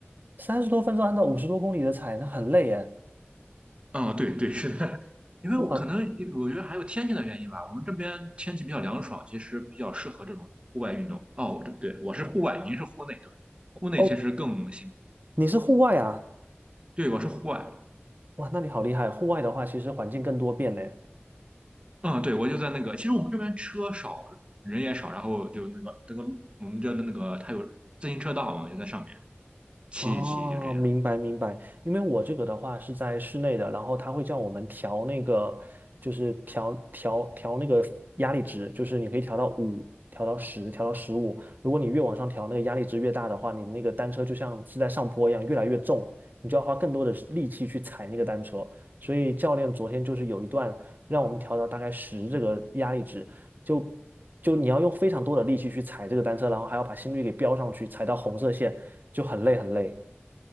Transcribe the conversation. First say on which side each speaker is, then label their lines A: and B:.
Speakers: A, on the right; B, on the right.
A: 三十多分钟按照五十多公里的踩，那很累耶。
B: 哦，对对，是的，<laughs> 因为我可能我觉得还有天气的原因吧，
A: 哇，
B: 我们这边天气比较凉爽，其实比较适合这种户外运动。哦，我这对，我是户外，您是户内，对吧？户内其实更辛苦。
A: 哦，你是户外啊？
B: 对，我是户外。
A: 哇，那你好厉害！户外的话，其实环境更多变呢。
B: 嗯，对，我就在那个，其实我们这边车少，人也少，然后就那个那个我们叫那个，它有自行车道嘛，就在上面骑一骑，
A: 哦，
B: 就这样。
A: 明白明白。因为我这个的话是在室内的，然后他会叫我们调那个，就是调调调那个压力值，就是你可以调到五，调到十，调到十五。如果你越往上调，那个压力值越大的话，你那个单车就像是在上坡一样，越来越重，你就要花更多的力气去踩那个单车。所以教练昨天就是有一段让我们调到大概十这个压力值，就就你要用非常多的力气去踩这个单车，然后还要把心率给飙上去，踩到红色线就很累很累。